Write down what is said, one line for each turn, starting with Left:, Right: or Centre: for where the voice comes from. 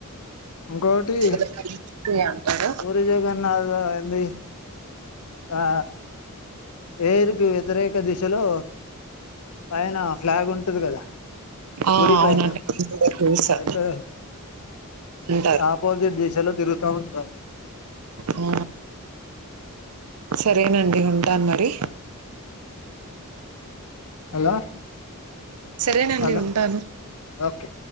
Left: ఇంకోటి
Right: అది అంటారా
Left: పూరి జగన్ధ ది ఆ వేరుకి వ్యతిరేక దిశలో పైన ఫ్లాగ్ ఉంటది కదా
Right: ఆ
Left: గుడి
Right: అవునండి
Left: పైన
Right: నేను కూడా చూసా
Left: అయితే
Right: అంటారు
Left: ఆపోజిట్ దిశలో తిరుగుతావు ఇ
Right: ఆ సరేనండి ఉంటాను మరి
Left: హలో
Right: సరేనండి
Left: హలో
Right: ఉంటాను
Left: ఓకే